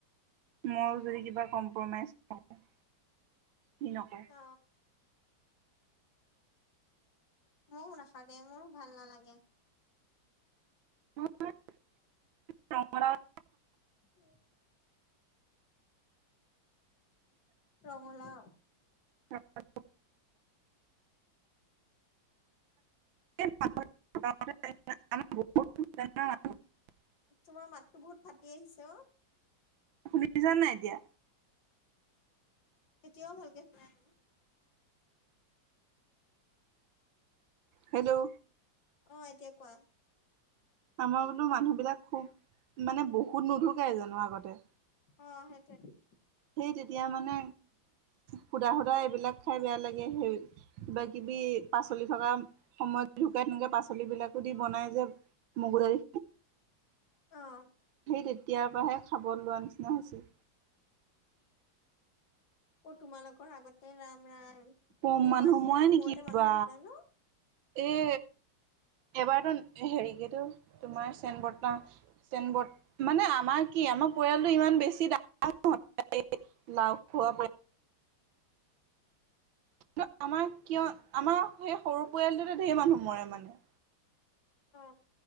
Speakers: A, on the right; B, on the left.
A: মই যদি কিবা কম্প্ৰমাইজ‌ নকওঁ কি নকওঁ?
B: অ, ময়ও নাখাও মোৰো ভাল নালাগে।
A: <unintelligible>
B: উম। ৰঙলাউ।
A: অ, <unintelligible>
B: তোমাৰ মাতো বহুত ফাটি আহিছে অ।
A: শুনিছা নাই এতিয়া।
B: এতিয়াও ভালকে নাই
A: হেল্ল',
B: অ এতিয়া কোৱা।
A: আমাৰ বোলো মানুহ বিলাক খুব মানে বহুত নুধুকে জানো আগতে-
B: অ সেইটোৱে।
A: সেই তেতিয়া মানে সুধা সুধা এইবিলাক খাই বেয়া লাগে সেই- কিবা কিবি পাচলি থকা সময়ত যেনুকা তেনুকা পাচলি বিলাকো দি বনাই যে- মগু দাইল।
B: অঁ।
A: সেই তেতিয়াৰ পৰাহে খাব লোৱাৰ নিচিনা হৈছে।
B: অ তোমালোকৰ আগতে ৰাম ৰাম।
A: কম
B: দুমাহ
A: মানুহ
B: তিনিমাহৰ
A: মৰে নেকি
B: মূৰতে
A: কিবা।
B: মানুহ ঢুকাই ন
A: এই এবাৰতো হেৰিকেতো তোমাৰ চেন বৰ্তা। চেন বৰ্ত মানে আমাৰ কি আমাৰ পৰিয়ালটো ইমান বেছি ডাঙ ৰ লাও খোৱাব। কি আমাৰ কিয় আমাৰ সেই সৰু পৰিয়ালটোতে ধেৰ মানুহ মৰে মানে।
B: অঁ।